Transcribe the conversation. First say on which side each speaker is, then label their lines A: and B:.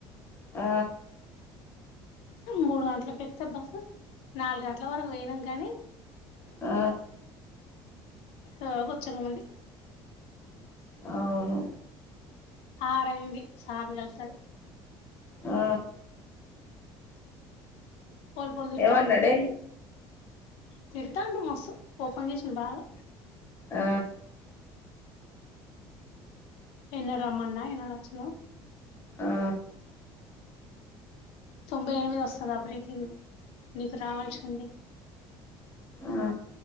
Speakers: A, on the left; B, on the left.
A: ఆ
B: మూడు గంటలకి ఎక్తద్ బస్సు నాలుగు గంటల వరకు పోయినాం కానీ
A: ఆ
B: ఆ గుచ్చునమండీ
A: అవును
B: ఆరైంది సార్ కల్సరు
A: ఆ
B: ఉ పోల్ పోల్ తిడ్తన్నాడు
A: ఏమన్నాడే
B: తిడుతాండ్ మస్తు ఓపన్ చేసిన్ బాగా
A: ఆ
B: ఎన్న రమన్నా ఎన్నడు వచ్చినావ్
A: ఆ
B: తొంభై ఎనిమిది వస్తదా బ్రీతింగ్ నీకు రావాల్సి ఉంది
A: ఆ